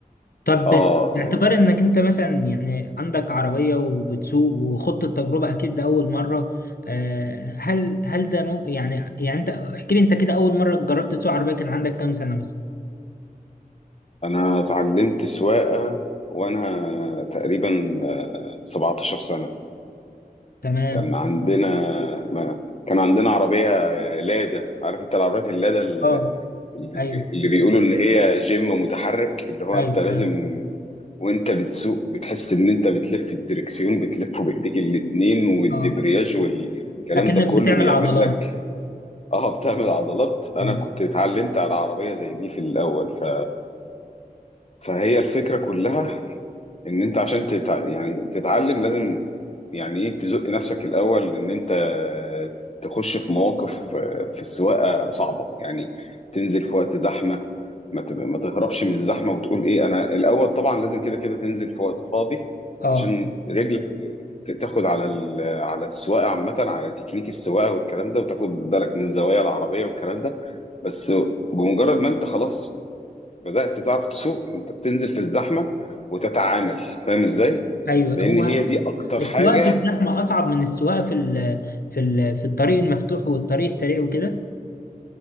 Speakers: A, on the left; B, on the left.
A: طب
B: اه
A: باعتبار
B: ت...
A: انك انت مثلا يعني عندك عربية وبتسوق وخضت التجربة اكيد لأول مرة آه، هل هل ده مو يعني يعني انت احكي لي انت كده اول مرة جربت تسوق عربية كان عندك كام سنة مثلا؟
B: انا اتعلمت سواقة وانا تقريبا آه، 17 سنة
A: تمام
B: كان عندنا ما... كان عندنا عربية لادا عارف انت العربيات اللادا اللي
A: اه
B: بي-
A: ايوه
B: اللي بيقولوا اللي هي جيم متحرك اللي هو
A: ايوه
B: انت لازم
A: ايوه
B: وانت بتسوق بتحس ان انت بتلف الدركسيون بتلفه بايديك الاتنين والدبرياج
A: اه
B: والكلام
A: اكنك
B: ده كله
A: بتعمل
B: بيعمل
A: عضلات
B: لك اه بتعمل عضلات انا
A: اه
B: كنت اتعلمت على عربية زي دي في الاول ف... فهي الفكرة كلها ان انت عشان تتع... يعني تتعلم لازم يعني ايه تزق نفسك الاول ان انت تخش في مواقف آه، في السواقه صعبه يعني تنزل في وقت زحمه ما تب... ما تهربش من الزحمه وتقول ايه انا الاول طبعا لازم كده كده تنزل في وقت فاضي
A: اه
B: عشان رجلك ت- تاخد على ال... على السواقه عامه على تكنيك السواقه والكلام ده وتاخد بالك من زوايا العربيه والكلام ده بس بمجرد ما انت خلاص بدأت تعرف تسوق انت بتنزل في الزحمة وتتعامل فاهم ازاي؟
A: ايوه
B: لان
A: هو
B: هي دي اكتر
A: السواقه
B: حاجة
A: في الزحمه اصعب من السواقه في ال في ال في الطريق المفتوح والطريق السريع وكده